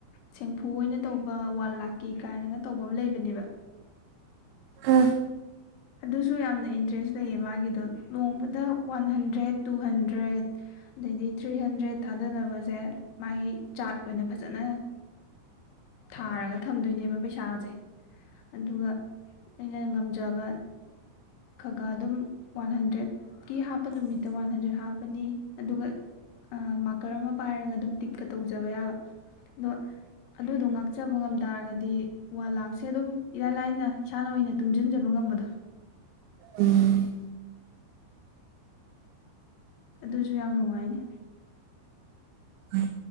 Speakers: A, on the left (about 80°); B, on the right (about 80°).
A: ꯁꯦꯡꯐꯨ ꯑꯣꯏꯅ ꯇꯧꯕ ꯋꯥꯟ ꯂꯥꯛꯀꯤ ꯀꯥꯏꯅꯒ ꯇꯧꯕ ꯑꯃ ꯂꯩꯕꯅꯦꯕ
B: ꯎꯝ
A: ꯑꯗꯨꯁꯨ ꯌꯥꯝꯅ ꯏꯟꯇ꯭ꯔꯦꯁ ꯂꯩꯌꯦ ꯃꯥꯒꯤꯗꯣ ꯅꯣꯡꯃꯗ ꯋꯥꯟ ꯍꯟꯗ꯭ꯔꯦꯠ ꯇꯨ ꯍꯟꯗ꯭ꯔꯦꯠ ꯑꯗꯩꯗꯤ ꯊ꯭ꯔꯤ ꯍꯟꯗ꯭ꯔꯦꯠ ꯊꯥꯗꯅꯕꯁꯦ ꯃꯥꯏ ꯆꯥꯔꯠ ꯑꯣꯏꯅ ꯐꯖꯅ ꯊꯥꯔꯒ ꯊꯝꯗꯣꯏꯅꯦꯕ ꯄꯩꯁꯥꯁꯦ ꯑꯗꯨꯒ ꯑꯩꯅ ꯉꯝꯖꯕ ꯈ ꯒꯥ ꯑꯗꯨꯝ ꯋꯥꯟ ꯍꯟꯗ꯭ꯔꯦꯗꯀꯤ ꯍꯥꯞꯄ ꯅꯨꯃꯤꯠꯇ ꯋꯥꯟ ꯍꯟꯗ꯭ꯔꯦꯗ ꯍꯥꯞꯄꯅꯤ ꯑꯗꯨꯒ ꯃꯥꯀꯔ ꯑꯃ ꯄꯥꯏꯔꯒ ꯑꯗꯨꯝ ꯇꯤꯛꯀ ꯇꯧꯖꯕ ꯌꯥꯕ ꯑꯗꯣ ꯑꯗꯨꯗꯣ ꯉꯥꯛꯆꯕ ꯉꯝ ꯇꯥꯔꯒꯗꯤ ꯋꯥꯟ ꯂꯥꯛꯁꯦ ꯑꯗꯨꯝ ꯏꯔꯥꯏ ꯂꯥꯏꯅ ꯏꯁꯥꯅ ꯑꯣꯏꯅ ꯇꯨꯡꯁꯤꯟꯖꯕ ꯉꯝꯕꯗꯣ
B: ꯎꯝ
A: ꯑꯗꯨꯁꯨ ꯌꯥꯝ ꯅꯨꯡꯉꯥꯏꯅꯤ
B: ꯎꯃ